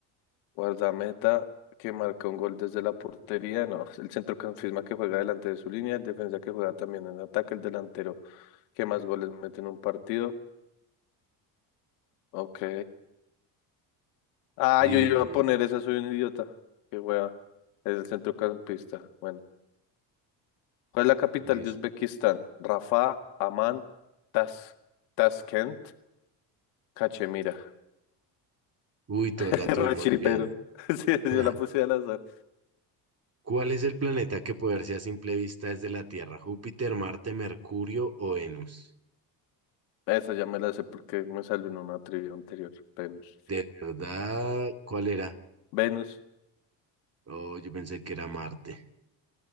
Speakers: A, on the left; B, on the right.
A: Guardameta que marca un gol desde la portería, no, <laughs> el centrocampista que juega delante de su línea, el defensa que juega también en ataque, el delantero que más goles mete en un partido. Ok. Ah,
B: Y
A: yo iba a poner esa, soy un idiota. Qué wea. Es el centrocampista. Bueno. ¿Cuál es la capital
B: dice,
A: de Uzbekistán? Rafa, Amán, Tas Taskent, Cachemira.
B: uy, todos
A: Rechiripero.
B: la tuvimos bien.
A: <laughs> Sí, sí, yo
B: <laughs>
A: la puse al azar.
B: ¿Cuál es el planeta que puede verse a simple vista desde la Tierra? ¿Júpiter, Marte, Mercurio o Venus?
A: Esa ya me la sé porque me salió en una trivia anterior. Venus.
B: De verdad, ¿cuál era?
A: Venus.
B: Oh, yo pensé que era Marte.